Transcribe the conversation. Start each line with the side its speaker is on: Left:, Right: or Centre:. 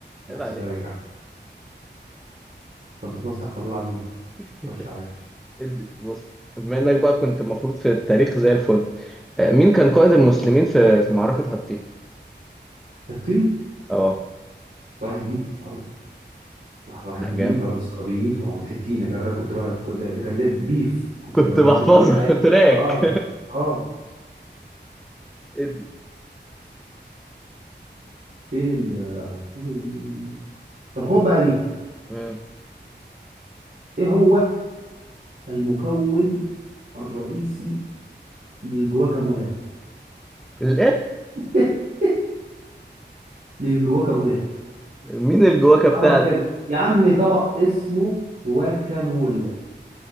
Right: انا
Centre: عيب
Right: هحسبها
Centre: عليك
Right: لك يا عم قدس استغفر الله العظيم
Centre: <laughs>
Right: خش عليا
Centre: ادي بص بما انك بقى كنت المفروض في التاريخ زي الفل آه، مين كان قائد المسلمين في في معركة حطين
Right: الطين
Centre: اه
Right: صلاح الدين معروف مع صلاح
Centre: لا
Right: الدين
Centre: جامد
Right: غلب الصليبيين في معركه حطين ده كان كنت بقى كنت- ده كان ده بيف كنت
Centre: كنت
Right: بقى بقى-
Centre: بحفظها
Right: بقى- في بقى إيه؟
Centre: <laughs> تراك
Right: اه كان اه
Centre: ادي
Right: فين ال اهو فين ال- طب خد بقى دي
Centre: مم.
Right: ايه هو المكون الرئيسي للجواكامولا
Centre: الايه
Right: <laughs> للجواكامولا
Centre: مين الجواكة بتاع
Right: سلطه
Centre: ده
Right: كده يا عم طبق اسمه جواكامول